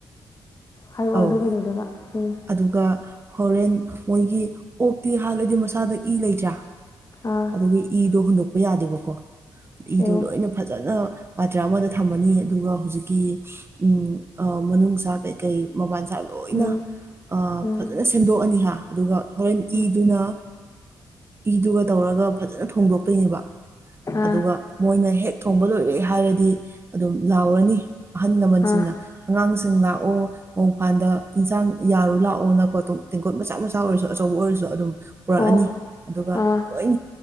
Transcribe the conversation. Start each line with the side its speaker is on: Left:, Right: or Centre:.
Left: ꯍꯥꯏꯔꯛꯑꯣ
Right: ꯑꯧ
Left: ꯑꯗꯨ ꯀꯩꯗꯧꯗꯕ ꯎꯝ
Right: ꯑꯗꯨꯒ ꯍꯣꯔꯦꯟ ꯃꯣꯏꯒꯤ ꯑꯣꯛꯇꯤ ꯍꯥꯥꯟꯂꯗꯤ ꯃꯁꯥꯗ ꯏ ꯂꯩꯗ꯭ꯔꯥ
Left: ꯑꯥ
Right: ꯑꯗꯨꯒꯤ ꯏꯗꯣ ꯍꯨꯟꯗꯣꯛꯄ ꯌꯥꯗꯦꯕꯀꯣ ꯏꯗꯨꯣ
Left: ꯑꯣ
Right: ꯂꯣꯏꯅ ꯐꯖꯅ ꯄꯥꯇ꯭ꯔ ꯑꯃꯗ ꯊꯝꯃꯅꯤ ꯑꯗꯨꯒ ꯍꯧꯖꯤꯛꯀꯤ ꯎꯝ ꯃꯅꯨꯡꯁꯥ ꯀꯩꯀꯩ ꯃꯕꯥꯟꯁꯥ ꯂꯣꯏꯅ
Left: ꯎꯝ ꯎꯝ
Right: ꯐꯖꯅ ꯁꯦꯝꯗꯣꯛꯑꯅꯤꯍ ꯑꯗꯨꯒ ꯍꯣꯔꯦꯟ
Left: ꯎꯝ
Right: ꯏꯗꯨꯅ ꯏꯗꯨꯒ ꯇꯧꯔꯒ ꯐꯖꯅ ꯊꯣꯡꯗꯣꯛꯇꯣꯏꯅꯦꯕ ꯑꯗꯨꯒ
Left: ꯑꯥ
Right: ꯃꯣꯏꯅ ꯍꯦꯛ ꯊꯣꯡꯕ ꯂꯣꯏꯔꯦ ꯍꯥꯏꯔꯗꯤ ꯑꯗꯨꯝ ꯂꯥꯎꯔꯅꯤ ꯑꯍꯜ ꯂꯃꯟꯁꯤꯡꯅ
Left: ꯑꯥ
Right: ꯑꯉꯥꯡꯁꯤꯡ ꯂꯥꯛꯑꯣ ꯃꯣꯡ ꯐꯜꯗ ꯏꯟꯁꯥꯡ ꯌꯥꯔꯨ ꯂꯥꯛꯑꯣꯅꯀꯣ ꯇꯦꯡꯀꯣꯠ ꯃꯆꯥ ꯃꯆꯥ ꯑꯣꯏꯔꯁꯨ ꯑꯆꯧꯕ ꯑꯣꯏꯔꯁꯨ ꯑꯗꯨꯝ ꯄꯨꯔꯛꯑꯅꯤ
Left: ꯑꯣ
Right: ꯑꯗꯨꯒ
Left: ꯑꯥ
Right: ꯂꯣꯏ